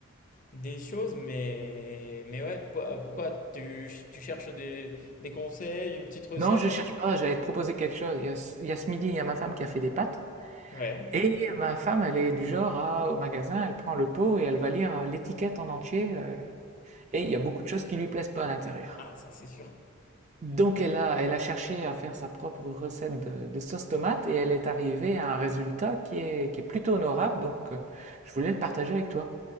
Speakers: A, on the left; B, on the right.
A: des choses. Mais, mais ouais, po- euh, pourquoi tu, tu cherches des, des conseils, une petite recette?
B: Non, je cherche pas, j'allais te proposer quelque chose. Il y a, ce il y a ce midi, il y a ma femme qui a fait des pâtes.
A: Ouais.
B: Et ma femme, elle est du genre à, au magasin, elle prend le pot et elle va lire euh, l'étiquette en entier. euh, et il y a beaucoup de choses qui lui plaisent pas à l'intérieur.
A: Ah, ça c'est sûr.
B: Donc elle a, elle a cherché à faire sa propre recette de, de sauce tomate et elle est arrivée à un résultat qui est, qui est plutôt honorable. Donc euh, je voulais le partager avec toi.